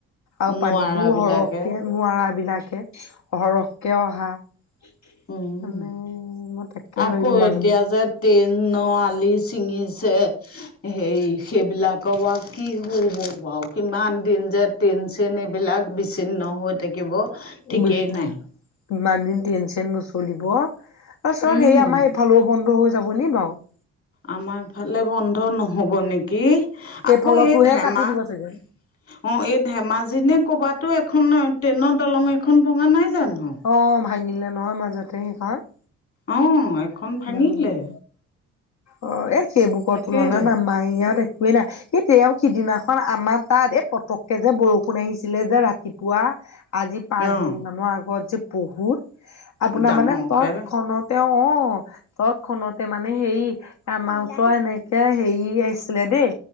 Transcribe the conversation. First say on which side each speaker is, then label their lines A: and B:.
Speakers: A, on the left (about 65°); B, on the left (about 45°).
A: আৰু
B: নোৱাৰা
A: পানীত <unintelligible> তো
B: বিলাকে
A: সৰহকে নোৱাৰাবিলাকে সৰহককে অহা <inaudible>
B: উম
A: মানে মই তাকে
B: আকৌ
A: ভাবিছো মানুহবোৰ
B: এতিয়া
A: <inaudible>
B: যে ট্ৰেইনৰ আলি ছিঙিছে সেই-সেইবিলাক <unintelligible> ক'বা কি হব <inaudible> কিমান যে ট্ৰেইন-চেইন এইবিলাক <inaudible> চিন্ন হৈ থাকিব। <inaudible> ঠিকেই
A: <inaudible>
B: নাই
A: ইমান দিন ট্ৰেইন-চেইন নচলিব। আৰু চ‌ওক
B: উম
A: সেই আমাৰ এইফালেও বন্ধ হৈ যাব নি বাৰু? <unintelligible>
B: আমাৰ ফালে বন্ধ নহ'ব নেকি?
A: সেইফালতোহে
B: আকৌ এই ধেমা
A: কাটি দিব
B: <unintelligible>
A: চাগে
B: অঁ! এই ধেমাজি নে ক'বাতো এখন ট্ৰেইনৰ দলং এখন ভঙা নাই জানো? <inaudible>
A: অঁ! ভাঙিলে নহয় মাজতে সেইখন। <inaudible>
B: অ, এখন ভাঙিলে।
A: উম অ, এই সেইবোকৰ
B: তাকেহে
A: তুলনাত আমাৰ ইয়াত একোৱেই নাই। সেই তেওঁ সিদিনাখন আমাৰ তাত, এই পতককে যে বৰষুণ আহিছিলে যে ৰাতিপুৱা। আজি পাঁচ
B: অঁ
A: দিন মানৰ আগত যে বহুত, আপোনাৰ
B: ডাঙৰকে
A: মানে তৎক্ষণত তেওঁ, অ, তত, খতে মানে হেৰি আমাৰ ওচৰ এনেকে হেৰি আহিছিলে, দেই